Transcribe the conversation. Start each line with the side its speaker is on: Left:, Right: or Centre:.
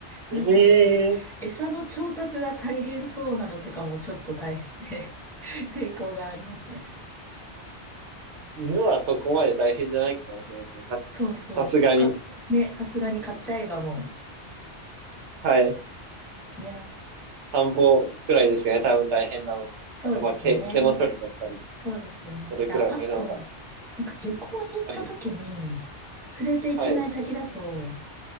Right: い。
Centre: なんかね、
Right: ええー
Centre: 餌の調達が大変そうなのとかもちょっと大変で <laughs> 抵抗がありますね。
Right: 犬はそこまで大変じゃないかもしれないですね。さ、
Centre: そうそう。
Right: さすがに。
Centre: か、ね、さすがに買っちゃえばも
Right: はい。
Centre: う。いや、
Right: 田んぼくらいですかね。多分大変なのって。
Centre: そうですよね。
Right: あと、まあ、毛、毛の処理だったり、
Centre: そうですよね。
Right: それくらいなのかな。
Centre: いや、あと、なんか旅行に行った時に、
Right: はい。
Centre: 連れて行けない先だと、
Right: はい。